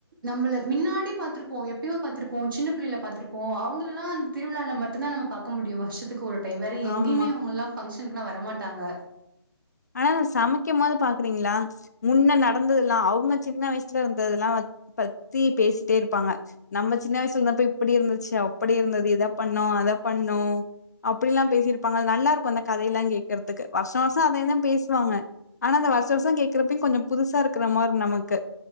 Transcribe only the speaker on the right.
நம்மள மின்னாடி பாத்திருப்போம் எப்பவோ பாத்திருப்போம் சின்ன பிள்ளைல்ல பாத்திருப்போம் அவங்களல்லாம் அந்த திருவிழால மட்டும்்தான் நம்ம பாக்க முடியும் வருஷத்துக்கு ஒரு வேற எங்கேயுமே
அவுங்கல்லா பங்க்ஷ ல்லா வரமாட்டாங்க